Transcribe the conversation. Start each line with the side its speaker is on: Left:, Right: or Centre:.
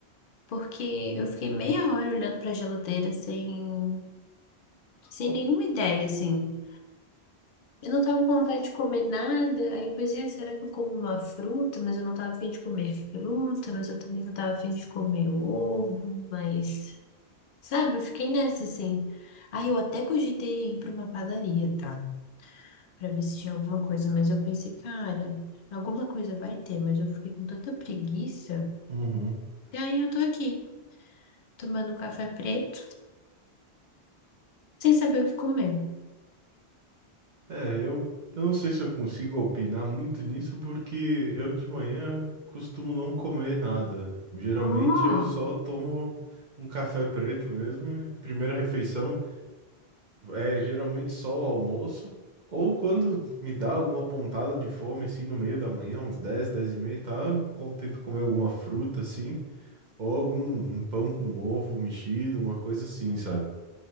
Left: Porque eu fiquei meia hora olhando pra geladeira sem, sem nenhuma ideia, assim. Eu não tava com vontade de comer nada, aí eu pensei, "Ah, será que eu como uma fruta? Mas eu não tava a de comer fruta, mas eu também não tava a de comer ovo, mas... Sabe, eu fiquei nessa assim. Aí eu até cogitei ir pra uma padaria, tá? Pra ver se tinha alguma coisa, mas eu pensei, cara, alguma coisa vai ter, mas eu fiquei com tanta preguiça.
Right: uhum.
Left: E aí eu tô aqui, tomando café preto, sem saber o que comer.
Right: É, eu, eu não sei se eu consigo opinar muito nisso porque eu de manhã costumo não comer nada. Geralmente
Left: Hum,
Right: eu só tomo um café preto mesmo. e Primeira refeição é geralmente só o almoço. Ou quando me dá alguma pontada de fome, assim, no meio da manhã, uns 10, 10 e meia, tá? Eu com- tento comer alguma fruta, assim. Ou algum um pão com ovo mexido, uma coisa assim, sabe?